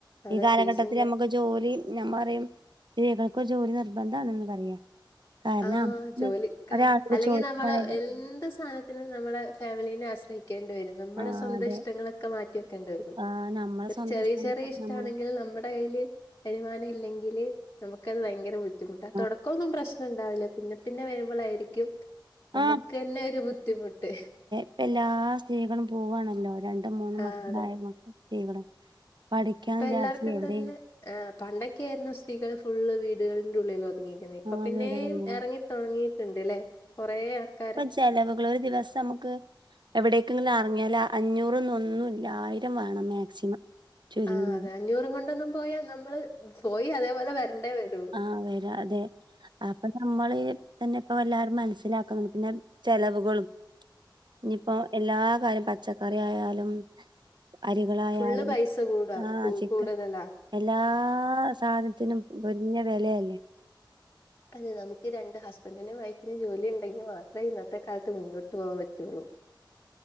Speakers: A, on the left (about 35°); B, on the right (about 65°).
A: അതെ
B: ഈ കാലഘട്ടത്തിലമ്മക്ക്
A: ഫീസും കാ
B: ജോലി ഞാൻ പറയാ സ്ത്രീകൾക്ക് ഒര് ജോലി നിർബന്ധാണെന്ന് പറയാ കാരണം
A: ആഹ് ജോലിക്കാ
B: നമുക്ക് ഒരാളോട്
A: അല്ലെങ്കിൽ
B: ചോദിക്കുവാണേലും
A: നമ്മള് എന്ത് സാന ത്തിനും നമ്മളെ ഫാമിലിനെ ആശ്രയിക്കേണ്ടി വരും നമ്മടെ
B: ആ
A: സ്വന്തം
B: അതെ
A: ഇഷ്ടങ്ങളൊക്കെ മാറ്റി ക്കെണ്ടി വരും
B: ആ നമ്മളെ
A: ഒരു
B: സ്വന്തം
A: ചെറിയ
B: ഇഷ്ടങ്ങൾക്കൊക്കെ
A: ചെറിയ ഇഷ്ടണെങ്കിൽ
B: നമ്മള്
A: നമ്മടെ കൈയില് വരുമാന ഇല്ലെങ്കില് നമുക്കത് ഭയങ്കര ബുദ്ധിമുട്ടാ
B: ആ
A: തൊടക്കൊന്നു പ്രശ് ഉണ്ടാവില്ലാ പിന്നെ പിന്നെ വരുമ്പളായിരിക്കും നമ്മുക്കന്നെ
B: ആ,
A: ഒരു ബുദ്ധിമുട്ട്
B: ഇപ്പെല്ലാ സ്ത്രീകളും പോവാണല്ലോ രണ്ട് രണ്ടും മൂന്നും
A: ആഹ്
B: മക്കളായ
A: അതെ
B: <unintelligible> സ്ത്രീകളും പഠിക്കാന്ന്
A: ഇപ്പൊ
B: വിചാരിച്ച്
A: എല്ലാർക്കും
B: എവിടെ
A: തന്നെ ആഹ് പണ്ടൊക്കെ ആയിരുന്നു സ്ത്രീകള് ഫുള്ള് വീടുകളിന്റെയുള്ളിലൊത് ണീക്കുന്നെ ഇപ്പൊ
B: ആ
A: പിന്നേം
B: വീടുകളിൽ
A: എറങ്ങിത്തൊടങ്ങിയിട്ട്ണ്ട്ല്ലേ കൊറേ ആൾക്കാര്
B: ചെലവുകള് ഒരു ദിവസം നമക്ക് എവിടേക്കെങ്ക് ഒന്നെറെങ്ങിയാല് അഞ്ഞൂറ് ഒന്നും ഒന്നുല്ലാ ആയിരം വേണം മാക്സിമം ചുരുങ്ങിയത്
A: ആഹ് അതെ അഞ്ഞൂറും കൊണ്ടൊന്നും പോയാ നമ്മള് പോയി അതേപോലെ വരേണ്ടേ വരും
B: ആഹ് വെരാ അതെ അപ്പ നമ്മ നമ്മള് തന്നെ ഇപ്പ എല്ലാരും മനസ്സിലാക്കുന്നത് പിന്നെ ചെലവുകളും ഇഞ്ഞിയിപ്പോ എല്ലാകാര്യം പച്ചക്കറിയായാലും അരികളായാലും
A: ഫുള്ള് പൈസ കൂടാ
B: ആഹ്
A: കൂ
B: ചിക്കൻ
A: കൂടുതലാ.
B: എല്ലാ സാനത്തിനും പൊരിഞ്ഞ വെലയല്ലേ
A: അതെ നമുക്ക് രണ്ട് ഹസ്ബൻഡിനും വൈഫിനും ജോലി ഉണ്ടെങ്കി മാത്രേ ഇന്നത്തെ കാലത്ത് മുന്നോട്ട് പോവാൻ പറ്റൊള്ളൂ